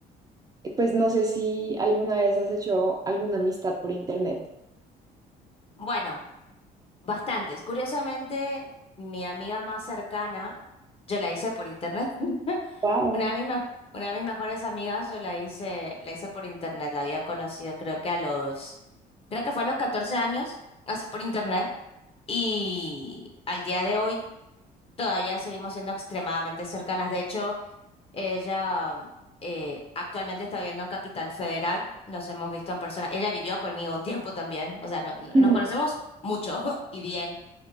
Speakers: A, on the right (about 20°); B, on the left (about 35°).
A: Eh, Pues no sé si alguna vez has hecho alguna amistad por internet.
B: Bueno, bastantes. Curiosamente, mi amiga más cercana, yo la hice por internet. <laughs>
A: Wow.
B: Una de mis, me- una de mis mejores amigas, yo la hice, la hice por internet. La había conocido creo que a los, creo que fue a los 14 años, así por internet. Y al día de hoy todavía seguimos siendo extremadamente cercanas. De hecho, Ella eh, actualmente está viviendo en Capital Federal, nos hemos visto en persona. Ella vivió conmigo un tiempo también, o sea, no- no-
A: <laughs>
B: nos conocemos mucho <laughs> y bien.